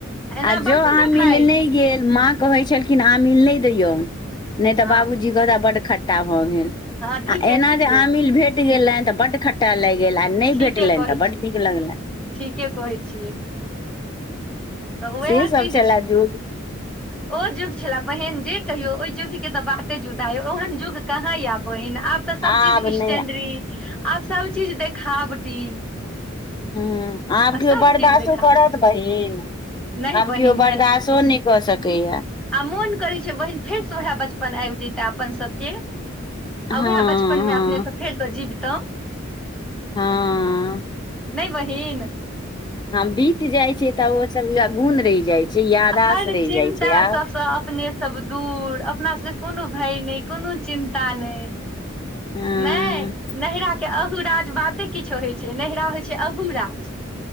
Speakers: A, in the centre; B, on the left.
A: एना
B: आ जँ
A: बड़ सुन्दर
B: अहाँ मिल
A: खाइत
B: नहि गेल माँ कहै छलखिन आमिल नहि दैयऔ नहि तऽ
A: हँ
B: बाबूजी कहता बड खट्टा भऽ गेल
A: हँ ठीके
B: आ एना
A: ठीके
B: जे आमिल भेट गेलहनि तऽ बड खट्टा लागि गेल आ नहि
A: ठीके
B: भेटलनि
A: कहै
B: तऽ बड्ड
A: छी
B: नीक लगलनि
A: ठीके कहै छियै तऽ उएह
B: से सब
A: चीज
B: छलाय
A: छै
B: जुग
A: ओ जुग छललाै बहिन जे कहियौ ओहि जुगके तऽ बाते जुदा य ओहन जुग कहाँ यए बहिन आब तऽ सब
B: आब
A: चीज स्टेंड्ररी
B: नहि
A: आब सब चीज देखावटी
B: ह आब
A: आ
B: केओ
A: सब
B: बर्दाश्तो
A: चीज देखावटी
B: करत बहिन
A: नहि
B: आब
A: बहिन
B: केओ बर्दाश्तो
A: नहि
B: नहि कऽ सकैया
A: आ मोन करैत छै बहिन फेरसँ उएह बचपन आबि जयता अपन सभके
B: हँ
A: आ उएह बचपनमे
B: हँ
A: अपनेसँ फेरसँ जीवितहुँ
B: हँ
A: नहि बहिन
B: हॅं, बीत जाय छै तऽ ओ सब गुण रहि जाय छै यादाश
A: हर
B: रहि
A: चिन्ता
B: जाइ छै आब
A: सबसँ अपने सब दूर अपना सबके कोनो भय ने कोनो चिन्ता नहि!
B: हँ
A: नहि, नहिरा के अहुराज बाते किछो होइ छै, नैहरा होइ छै अहूराज!